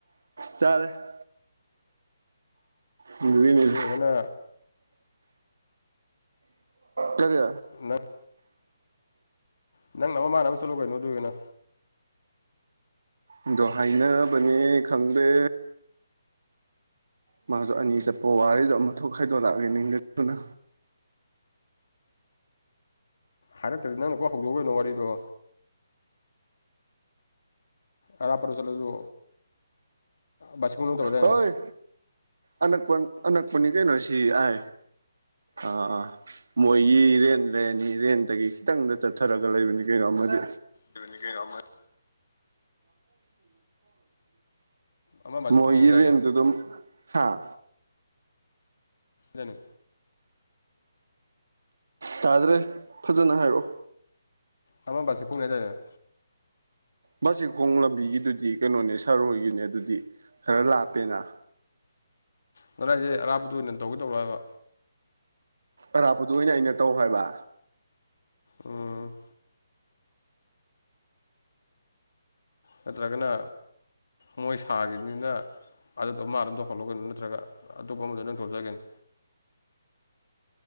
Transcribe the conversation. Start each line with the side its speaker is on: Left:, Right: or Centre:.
Right: ꯆꯔꯦ ꯑꯗꯨꯒꯤꯅꯤꯗ
Left: ꯑꯗꯨ ꯑꯣꯏꯔꯒꯅ
Right: ꯀꯔꯤ
Left: ꯅ ꯅꯪꯅ ꯑꯃ ꯃꯥꯅ ꯑꯃ ꯆꯠꯂꯨ ꯀꯩꯅꯣ ꯑꯗꯨꯑꯣꯏꯒꯅ
Right: ꯑꯗꯣ ꯍꯥꯏꯅꯕꯅꯦ ꯈꯪꯗꯦ ꯃꯥꯁꯨ ꯑꯅꯤ ꯆꯠꯄ ꯋꯥꯔꯤꯗꯣ ꯑꯃ ꯊꯣꯛ ꯈꯥꯏꯗꯣꯔꯂꯛꯔꯤꯡꯅꯤꯒꯦꯗꯨꯅ
Left: ꯍꯥꯏꯔꯛꯇ꯭ꯔꯗꯤ ꯅꯪꯅ ꯀꯣ ꯍꯧꯗꯣꯎ ꯀꯩꯅꯣ ꯋꯥꯔꯤꯗꯣ ꯑꯔꯥꯞꯄꯔ ꯆꯂꯁꯨ ꯕꯁꯤꯈꯣꯡꯗꯧ ꯇꯧꯋꯦꯗꯥꯏꯅꯦ
Right: ꯍꯣꯏ ꯑꯅꯛꯄ ꯑꯅꯛꯄꯅꯤ ꯀꯩꯅꯣ ꯁꯤ ꯑꯥꯏ ꯑꯥ ꯑꯥ ꯃꯣꯏꯒꯤ ꯔꯦꯟ ꯂꯩꯔꯅꯤ ꯔꯦꯟꯇꯒꯤ ꯈꯤꯇꯪꯗ ꯆꯠꯊꯔꯒ ꯂꯩꯕꯅꯤ ꯀꯩꯅꯣ ꯑꯃꯗꯤ
Left: ꯂꯩꯕꯅꯤ ꯀꯩꯅꯣ ꯑꯃ ꯑꯃ ꯕꯥꯁꯤꯈꯣꯡ
Right: ꯃꯣꯏꯒꯤ
Left: ꯍꯥꯏꯗꯥꯏꯅꯦ
Right: ꯔꯦꯟꯇ ꯑꯗꯨ ꯍꯥꯥ
Left: ꯑꯗꯨ
Right: ꯇꯥꯗ꯭ꯔꯦ ꯐꯖꯅ ꯍꯥꯏꯔꯛꯑꯣ
Left: ꯑꯃ ꯕꯁꯤꯈꯣꯡꯅꯦ ꯗꯥꯏꯅꯦ
Right: ꯕꯥꯁꯤꯈꯣꯡ ꯂꯝꯕꯤꯒꯤꯗꯨꯗꯤ ꯀꯩꯅꯣꯅꯦ ꯁꯥꯔꯣꯏꯒꯤꯅꯦ ꯑꯗꯨꯗꯤ ꯈꯔ ꯂꯥꯞꯄꯦꯅ
Left: ꯈꯔꯥꯏꯖꯦ ꯑꯔꯥꯞꯄꯗꯨ ꯑꯣꯏꯅ ꯇꯧꯒꯦ ꯇꯧꯔꯣ ꯍꯥꯏꯕ
Right: ꯑꯔꯥꯞꯄꯗꯨ ꯑꯣꯏꯅ ꯑꯩꯅ ꯇꯧ ꯍꯥꯏꯕ
Left: ꯎꯝ ꯅꯠꯇ꯭ꯔꯒꯅ ꯃꯣꯏ ꯁꯥꯈꯤꯕꯅꯤꯅ ꯑꯗꯨꯗꯣ ꯃꯥ ꯑꯗꯨꯝ ꯇꯧꯍꯜꯂꯣ ꯀꯩꯅꯣ ꯅꯠꯇ꯭ꯔꯒ ꯑꯇꯣꯞ ꯑꯃꯗ ꯅꯪ ꯇꯧꯔꯖꯨ ꯌꯥꯏ ꯀꯩꯅꯣ